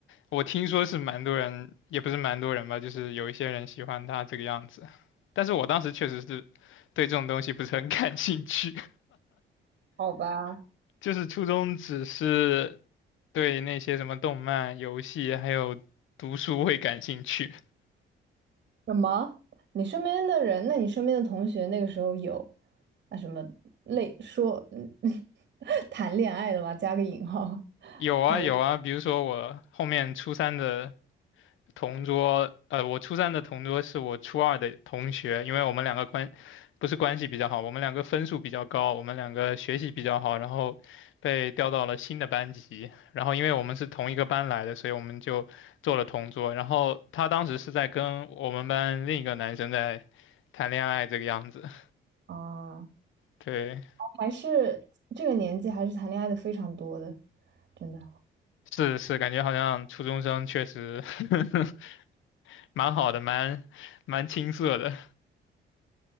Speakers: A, on the left (about 80°); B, on the right (about 60°).
A: 我听说是蛮多人，也不是蛮多人吧，就是有一些人喜欢她这个样子，但是我当时确实是对这种东西不是很 <laughs> 感兴趣，
B: <laughs> 好吧？
A: <laughs> 就是初中只是对那些什么动漫、游戏还有读书会感兴趣。
B: 什么？你身边的人，那你身边的同学那个时候有啊什么类说嗯 <laughs> 谈恋爱的吧，加个引号
A: 有啊有啊，
B: 谈
A: 比如说我后面初三的同桌，呃，我初三的同桌是我初二的同学，因为我们两个关，不是关系比较好，我们两个分数比较高，我们两个学习比较好，然后被调到了新的班级，然后因为我们是同一个班来的，所以我们就做了同桌，然后他当时是在跟我们班另一个男生在谈恋爱这个样子，
B: 啊。
A: 对，
B: 还是这个年纪还是谈恋爱的非常多的，真的。
A: 是是，感觉好像初中生确实 <laughs> 蛮好的，蛮蛮青涩的，